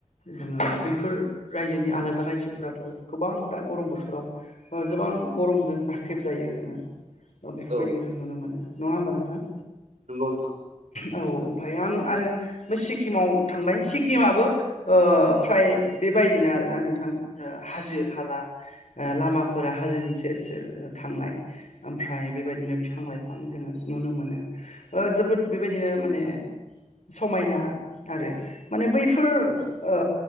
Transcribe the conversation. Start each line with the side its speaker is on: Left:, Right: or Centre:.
Left: जोङो बैफोर रायजोनि आलादा रायजोफोराथ' गोबां दा गरम बोथोराव ओ गोबां गरमजों नाख्रेब जायो जोङो बेफोरबायदिखौ
Right: औ
Left: जों नुनो मोनो नङा होमबा नोंथां।
Right: नोंगौ नोंथां।
Left: औ ओमफ्राय आं आरो बे सिक्किमाव थांबाय सिक्किमाबो ओ फ्राय बेबायदिनो आरोना नोंथां ओ हाजो हाला ओ लामाफोरा हाजोनि सेर सेर थांनाय ओमफ्राय बेबायदिनो बिफां - लाइफां जोङो नुनो मोनो। ओ जोबोद बेबायदिनो माने समायना आरो माने बैफोर ओ